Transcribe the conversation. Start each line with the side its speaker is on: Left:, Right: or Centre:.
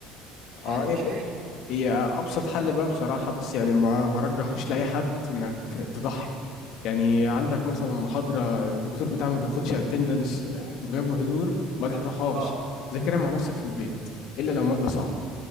Right: فدي
Left: اه
Right: مش حاجه
Left: هي ابسط حل بقى بصراحه بس يعني ما ما رجحوش لاي حد انك تضحي يعني عندك مثلا محاضره الدكتور بتاعها ما بياخدش اتندنس غياب وحضور ما تروحهاش
Right: اه
Left: ذاكرها مع نفسك في البيت الا لو ماده صعبه